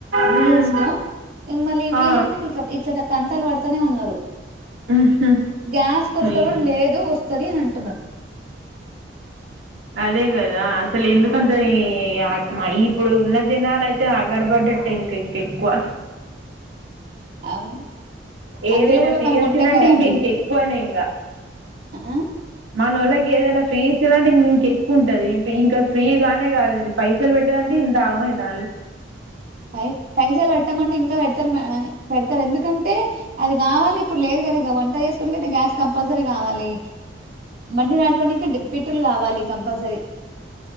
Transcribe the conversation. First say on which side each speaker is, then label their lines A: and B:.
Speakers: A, on the right (about 90°); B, on the right (about 50°).
A: మ్మ్.
B: న్యూస్ లో మళ్ళీ విళ్ళు
A: ఆ.
B: ఏమో ఇట్ల ఇట్ల చెప్ తంటలు పడతానే ఉన్నారు
A: మ్హూ.
B: గ్యాస్ కొరత
A: ఏం-
B: కూడా లేదు వస్ సరేనండి
A: అదే కదా అసలు ఎందుకు అంటే ఈ ఇప్పుడు ఉన్న జనాలు అయితే ఆగడ పడ్డట్ట ఇంకా ఇంక ఎక్కువ
B: అవును
A: ఏదైనా
B: అందులో కూడా
A: ఫీ
B: మనం
A: నచ్చిందంటే
B: ఉంటాం కదండి
A: ఇంక ఇంక ఎక్కువనే ఇంకా
B: ఆ
A: మానూళ్ళకి ఏదైనా ఫ్రీ ఇచ్చాలంటే ఇంక ఎక్కువ ఉంటది ఇంకా ఫ్రీగానే కాదు ఇది పైసలు పెట్టడానినికి ఇంత ఆగమైతంలు
B: పై పైసలు పెట్టామంటే ఇంకా పెడతారు పెడతారు ఎందుకంటే అది కావాలి ఇప్పుడు లేదు కదా ఇక వంట చేసు కైతే గ్యాస్ కంపల్సరీ కావాలి బండి నడపనికి పెట్రోల్ కావాలి కంపల్సరీ